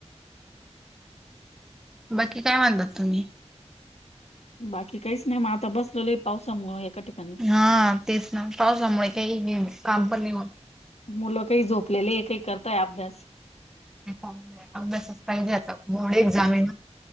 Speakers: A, in the centre; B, on the left.
A: बाकी काय मानता तुम्ही?
B: बाकी काहीच नाही मग आता बसलेलं आहे पावसामुळ एका ठिकाणीच
A: हा तेच ना पावसामुळे काही काम पण नाही होत
B: मुलं काही झोपलेले आहे काही करताय अभ्यास
A: अभ्यासच पाहिजे आता बोर्ड एक्झाम आहे ना